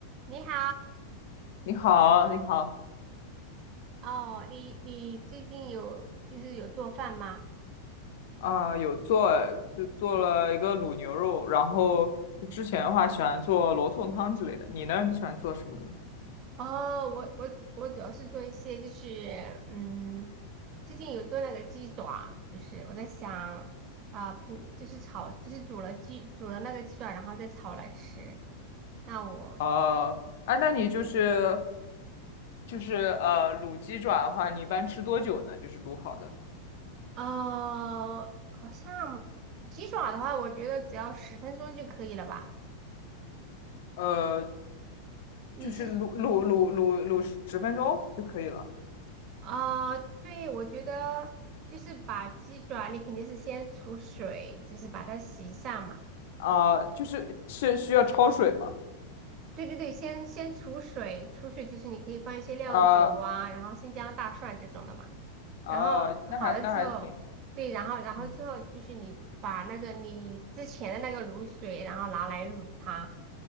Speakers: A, on the right; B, on the left.
A: 你好，
B: 你好，你好，
A: 哦，你你最近有就是有做饭吗？
B: 啊、有做，就做了一个卤牛肉，然后就之前的话喜欢做罗宋汤之类的。你呢？你喜欢做什么呢？
A: 哦，我我主我主要是做一些就是嗯，最近有做那个鸡爪，就是我在想啊，平就是炒就是煮了鸡煮了那个鸡爪，然后再炒来吃。那我
B: 呃，哎、那你就是就是呃卤鸡爪的话，你一般吃多久呢？就是卤好的，
A: 呃，好像鸡爪的话，我觉得只要十分钟就可以了吧？
B: 呃，
A: 你是
B: 就是卤卤卤卤卤十分钟就可以了。
A: 啊、对，我觉得就是把鸡爪，你肯定是先除水，就是把它洗一下嘛。
B: 啊、就是是需要焯水吗？
A: 对对对，先先除水，除水就是你可以放一些料酒啊，
B: 啊、
A: 然后新疆大蒜这种的嘛。
B: 哦，
A: 然后好了之后，
B: 那还那还挺，
A: 对，然后然后之后就是你把那个你之前的那个卤水，
B: 嗯，
A: 然后拿来卤它。